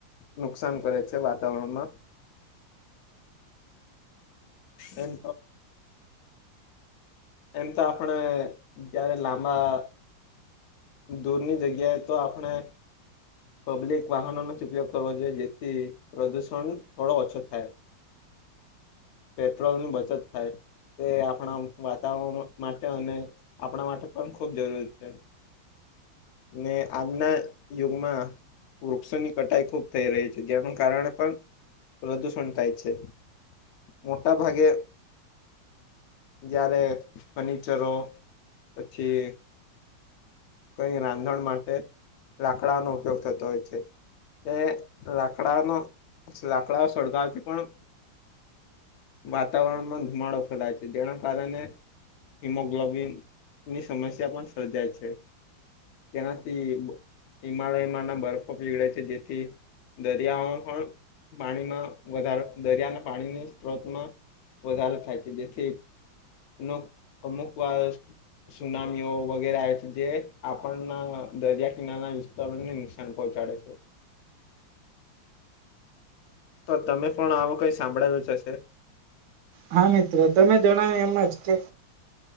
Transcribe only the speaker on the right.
હા મિત્ર તમે જણાવ્યું એમ જ કે.